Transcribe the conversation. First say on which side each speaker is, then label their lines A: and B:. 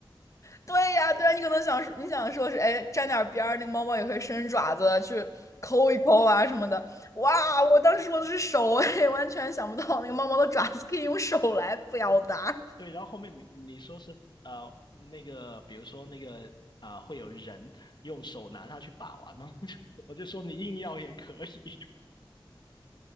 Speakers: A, on the left; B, on the left.
A: 对呀，对呀，你可能想说，你想说是，哎，沾点儿边儿，那个猫猫也会伸爪子去抠一抠啊什么的。哇，我当时说的是手，<laughs> 哎，完全想不到那个猫猫的爪子可以用手来表达。
B: 然后对，然后后面你你说是呃那个，比如说那个啊、会有人用手拿它去把玩吗？<laughs> 我就说你硬要也可以。